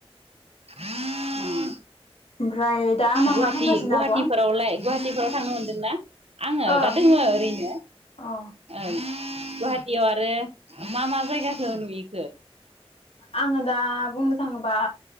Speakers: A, on the right; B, on the left.
A: हम।
B: ओमफ्राय दा मा
A: गुहाटि-गुवाहाटिफोरावलाय
B: मा खालामगासिनो आब'आ
A: गुवाहाटिफोराव थांनो मोनदोंना? आङो
B: ओं
A: दा दोङो ओरैनो ओं
B: अ
A: गुहाटियाव आरो मा मा जायगाखौ नुयो?
B: आङो दा बुंनो थाङोबा